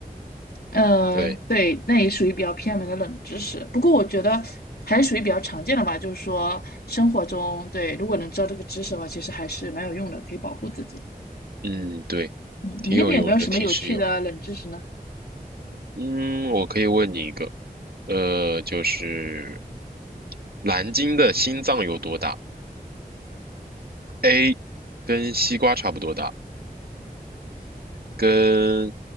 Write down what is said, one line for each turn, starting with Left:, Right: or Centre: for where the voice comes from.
Left: 呃，
Right: 对，
Left: 对，那也属于比较偏门的冷知识，不过我觉得还是属于比较常见的吧。就是说，生活中对，如果能知道这个知识的话，其实还是蛮有用的，可以保护自己。
Right: 嗯对，
Left: 嗯，
Right: 挺有用的，
Left: 你那边有没有什么有趣的冷知识呢？
Right: 挺实用。嗯，我可以问你一个，呃，就是蓝鲸的心脏有多大？A，跟西瓜差不多大。跟